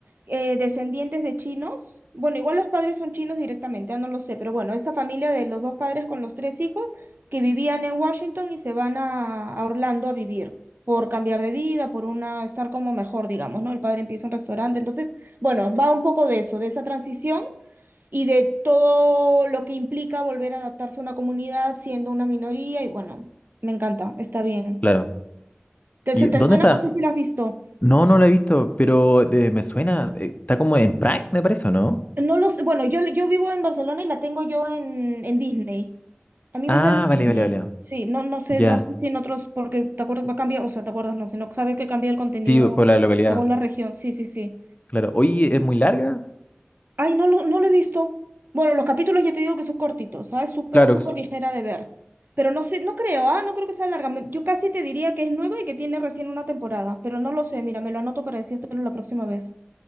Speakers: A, on the right; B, on the left.
A: eh, descendientes de chinos. Bueno, igual los padres son chinos directamente, ah, no lo sé, pero bueno, esta familia de los dos padres con los tres hijos que vivían en Washington y se van a, a Orlando a vivir por cambiar de vida, por una estar como mejor, digamos, ¿no? El padre empieza un restaurante, entonces, bueno, va un poco de eso, de esa transición y de todo lo que implica volver a adaptarse a una comunidad siendo una minoría y bueno, me encanta, está bien.
B: Claro.
A: ¿Te,
B: ¿Y
A: su- te
B: dónde
A: suena?
B: está?
A: No sé si la has visto.
B: No, no la he visto, pero eh, me suena. eh, está como en Prime, me parece, ¿o ¿no?
A: No los, bueno, yo, yo vivo en Barcelona y la tengo yo en, en Disney. A mí
B: Ah,
A: me sale en
B: vale,
A: Disney.
B: vale, vale.
A: Sí, no, no sé,
B: Ya.
A: no sé si en otros, porque te acuerdas, va a cambiar, o sea, te acuerdas, no sé, no sabes que cambia el contenido
B: Sí, por la localidad.
A: según la región. Sí, sí, sí.
B: Claro. Oye, ¿es muy larga?
A: Ay, no lo, no lo he visto. Bueno, los capítulos ya te digo que son cortitos, ¿sabes? Súper,
B: Claro.
A: súper
B: s-
A: ligera de ver. Pero no sé, no creo, ¿ah? No creo que sea larga. Me- Yo casi te diría que es nueva y que tiene recién una temporada, pero no lo sé. Mira, me lo anoto para decírtelo la próxima vez.